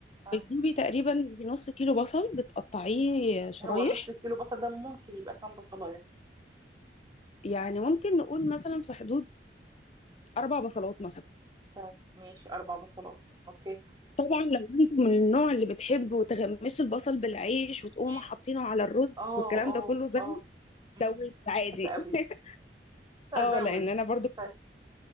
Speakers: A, on the right (about 25°); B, on the left (about 35°).
A: آه
B: بتجيبي تقريبا نص كيلو بصل بتقطعيه شرايح
A: هو نص كيلو بصل ده ممكن يبقى كام بصلاية
B: يعني ممكن نقول مثلا في حدود اربع بصلات مثلا
A: طيب ماشي أربع بصلات أوكي
B: طبعا لو انتوا من النوع اللي بتحبوا تغمسوا البصل بالعيش وتقوموا
A: مم.
B: حاطينه على الرز
A: آه
B: والكلام
A: آه
B: ده كله زي
A: آه مم.
B: زود عادي
A: بحب أوي
B: <laughs>
A: ازود
B: اه لان انا برضو
A: طيب